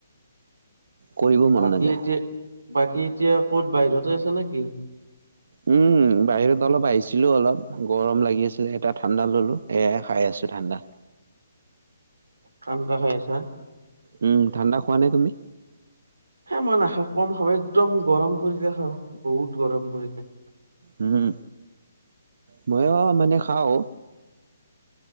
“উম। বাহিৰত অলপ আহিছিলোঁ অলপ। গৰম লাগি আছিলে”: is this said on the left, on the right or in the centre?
Right